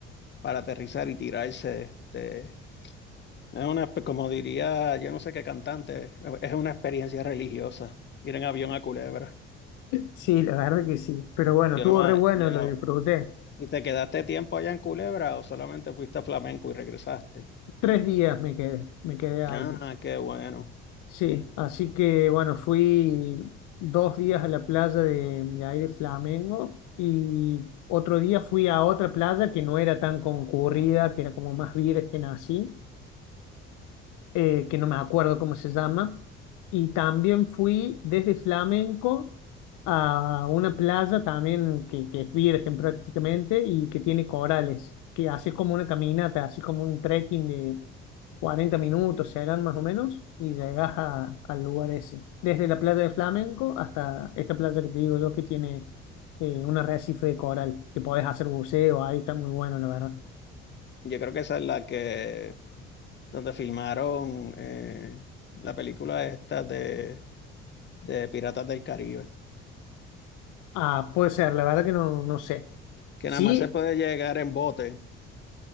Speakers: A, on the left; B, on the left.
A: para aterrizar y tirarse. de- es una, como diría, yo no sé qué cantante, es una experiencia religiosa ir en avión a Culebra.
B: sí, la verdad que sí, pero bueno,
A: Yo
B: estuvo
A: nada más,
B: re bueno,
A: yo
B: lo
A: nada-
B: disfruté.
A: ¿y te quedaste tiempo allá en Culebra o solamente fuiste a Flamenco y regresaste?
B: Tres días me quedé, me quedé ahí.
A: Ah, qué bueno.
B: Sí, así que bueno, fui dos días a la playa de, de ahí de Flamengo y otro día fui a otra playa que no era tan concurrida, que era como más virgen así eh, que no me acuerdo cómo se llama, y también fui desde Flamenco a una playa también que, que es virgen prácticamente y que tiene corales, que haces como una caminata, así como un trekking de 40 minutos, serán más o menos, y llegas a- al lugar ese. Desde la playa de Flamenco hasta esta playa que te digo yo que tiene eh, un arrecife de coral, que podés hacer buceo, ahí está muy bueno, la verdad.
A: Yo creo que esa es la que, donde filmaron eh, la película esta de de Piratas del Caribe,
B: Ah, puede ser, la verdad que no, no sé.
A: que
B: Sí,
A: nada más se puede llegar en bote.